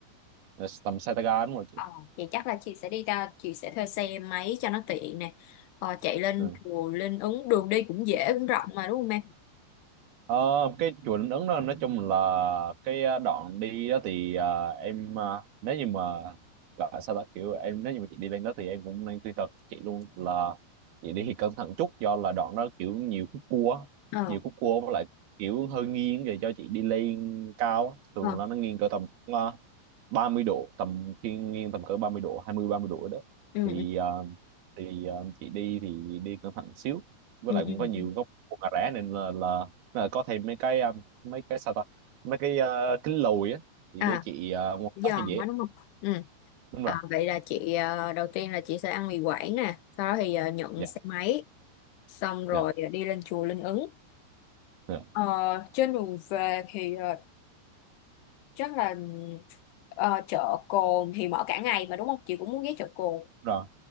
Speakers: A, on the right (about 60°); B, on the left (about 75°).
A: Ờ, tầm xe tay ga đúng rồi chị
B: Ờ, vậy chắc là chị sẽ đi ra chị sẽ thuê xe máy cho nó tiện nè ờ, chạy lên
A: Ừ.
B: chùa lên ứng đường đi cũng dễ cũng rộng mà đúng không em
A: Ờ, cái chùa Ứng đó nói chung là cái ờ, đoạn đi đó thì ờ, em ờ, nếu như mà gọi sao ta kiểu em nếu như mà chị đi lên đó thì em cũng nên khuyên thật chị luôn là chị đi thì cẩn thận chút do là đoạn đó kiểu nhiều khúc cua á,
B: ờ
A: nhiều khúc cua với lại kiểu hơi nghiêng về cho chị đi lên cao á. thường
B: ờ
A: là nó nghiêng cỡ tầm ba mươi độ tầm thiên nhiên tầm cỡ ba mươi độ hai mươi ba mươi độ đó
B: ừ
A: thì
B: ừ
A: ờ, thì ờ, chị đi thì đi cẩn thận xíu với
B: ừ
A: lại cũng
B: ừ ừ.
A: có nhiều
B: ừ.
A: góc cua cà rá nên là, là là có thêm mấy cái ờ, mấy cái sao ta mấy cái ờ, kính lùi á thì
B: à
A: để chị ờ, quan
B: giòn
A: sát cho dễ
B: quá đúng không ừ
A: đúng
B: à,
A: rồi
B: vậy là chị ờ, đầu tiên là chị sẽ ăn mì Quảng nè sau đó thì ờ, nhận
A: dạ
B: xe máy xong rồi
A: dạ
B: ờ, đi lên chùa Linh Ứng
A: dạ.
B: Ờ, trên đường về thì ờ, chắc là ừm, ờ, chợ Cồn thì mở cả ngày mà đúng không chị cũng muốn ghé chợ Cồn
A: Rồi